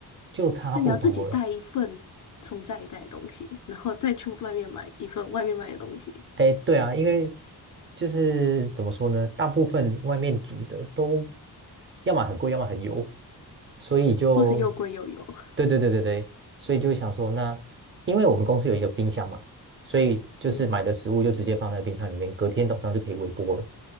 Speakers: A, on the right (about 30°); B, on the left (about 50°).
A: 就差不多了。
B: 那你要自己带一份从家里带的东西，然后再去外面买一份外面买的东西，
A: 哎，对啊，因为就是怎么说呢，大部分外面煮的都要么很贵，要么很油，所以就，
B: 或是又贵又油。<laughs>
A: 对对对对对，所以就想说，那因为我们公司有一个冰箱嘛，所以就是买的食物就直接放在冰箱里面，
B: 嗯
A: 隔天早上就可以微波了，